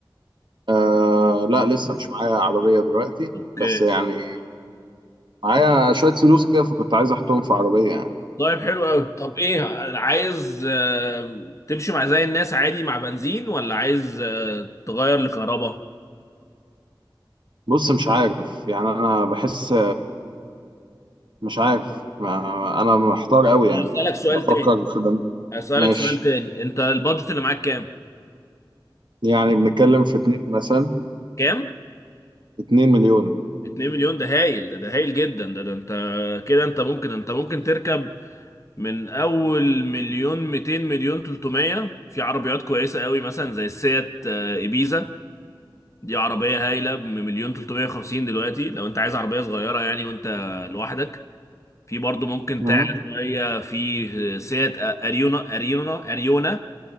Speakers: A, on the right; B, on the left.
A: آه لا لسه مش معايا عربيه دلوقتي
B: اوكي
A: بس يعني معايا شويه فلوس كده فكنت عايز احطهم في عربيه يعني
B: طيب حلو قوي طب ايه عايز آه... تمشي مع زي الناس عادي مع بنزين ولا عايز آه... تغير لكهرباء
A: بص مش عارف يعني انا بحس مش عارف ما انا محتار قوي يعني
B: اسالك سؤال
A: بفكر
B: تاني
A: في بن...
B: اسالك
A: ماشي
B: سؤال تاني انت البادجت اللي معاك كام
A: يعني بنتكلم في اتنين مثلا
B: كام
A: اتنين مليون
B: 2 مليون ده هايل ده ده هايل جدا ده ده انت كده انت ممكن انت ممكن تركب من اول مليون 200 مليون 300 في عربيات كويسة قوي مثلا زي السيات آه، ايبيزا دي عربية هايلة بمليون 350 دلوقتي لو انت عايز عربية صغيرة يعني وانت لوحدك في برضو ممكن
A: مم.
B: تعلى شوية في آه، سيات آه، اريونا اريونا اريونا